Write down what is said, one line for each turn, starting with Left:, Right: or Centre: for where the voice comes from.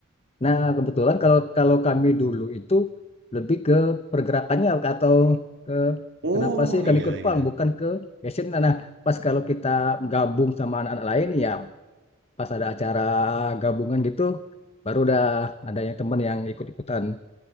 Left: nah kebetulan kalau kalau kami dulu itu lebih ke pergerakannya atau ke
Right: Oh
Left: kenapa sih kami
Right: iya
Left: ikut
Right: iya.
Left: pang bukan ke passion nah nah, pas kalau kita gabung sama anak-anak lain ya pas ada acara gabungan gitu baru udah ada yang teman yang ikut-ikutan